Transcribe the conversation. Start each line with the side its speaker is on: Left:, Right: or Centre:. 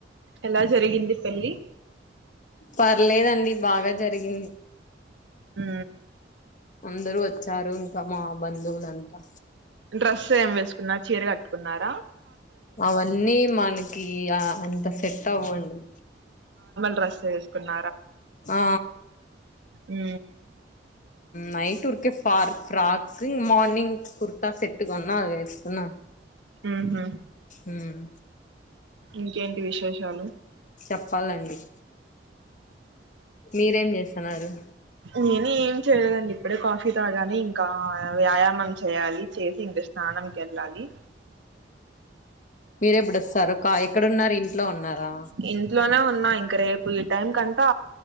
Right: ఎలా జరిగింది పెళ్లి
Left: పర్లేదండి బాగ జరిగింది
Right: ఊ
Left: అందరూ వచ్చారు ఇంకా మా బంధువులంతా
Right: డ్రెస్ ఏమి వేసుకున్న చీర కట్టుకున్నార
Left: అవన్నీ మనకి అంత సెట్ అవ్వండి
Right: డ్రస్ వేసుకున్న
Left: ఆ
Right: ఊ
Left: night Uikey far frock morning kurta set గొన్న అది వేసుకున్నా
Right: ఉ హు
Left: ఉమ్
Right: ఇంకేంటి విశేషాలు
Left: చెప్పాలండి మీరేం చేస్తున్నారు
Right: నేనే చేయలేదండి ఇప్పుడే కాఫీ తాగాను ఇంకా వ్యాయామం చేయాలి చేసి ఇంక స్నానం కేళ్ళాలి
Left: మీరేప్పుడొస్తారు కా ఎక్కడున్నారు ఇంట్లో ఉన్నారా
Right: ఇంట్లోనే ఉన్నా ఇంక రేపు ఈ టైం కంతా